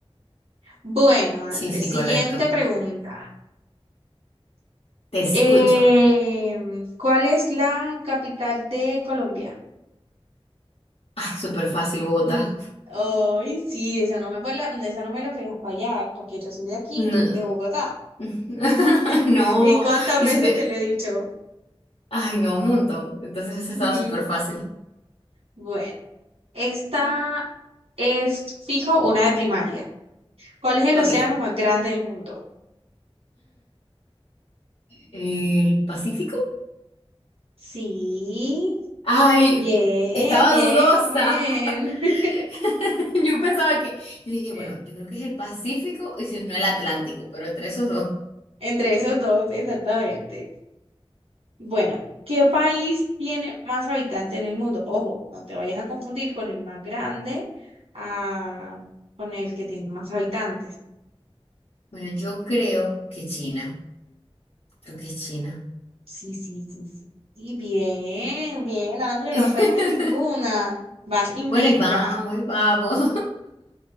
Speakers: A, on the right (about 75°); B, on the left (about 70°).
A: Bueno, Andrés,
B: Sí, sí,
A: siguiente
B: correcto.
A: pregunta.
B: Te escucho.
A: Em, ¿cuál es la capital de Colombia?
B: Ay, súper fácil, Bogotá.
A: Mm, Ay, sí, esa no me fue la- esa no me la podías fallar, porque yo soy de aquí,
B: No.
A: de Bogotá.
B: <laughs>
A: <laughs>
B: No,
A: ¿Y cuántas
B: y
A: veces
B: super,
A: te lo he dicho?
B: ay, no, un montón. Entonces esa estaba
A: Ujú.
B: súper fácil.
A: Bueno, esta es fijo una de primaria. ¿Cuál es el
B: Ok.
A: océano más grande del mundo?
B: ¿El Pacífico?
A: Sí.
B: Ay,
A: Bien,
B: estaba
A: bien,
B: dudosa.
A: bien. <laughs>
B: <laughs> Yo pensaba que, yo dije,
A: Eh,
B: bueno, yo creo que es el Pacífico y si no el Atlántico, pero entre esos dos.
A: Entre esos dos, exactamente. Bueno, ¿qué país tiene más habitantes en el mundo? Ojo, no te vayas a confundir con el más grande, ah, con el que tiene más habitantes.
B: Bueno, yo creo que China. Creo que es China.
A: Sí, sí, sí, sí. Y bien, bien, André,
B: <laughs>
A: no fallaba en ninguna. Vas invicta.
B: Bueno, y vamos, y vamos.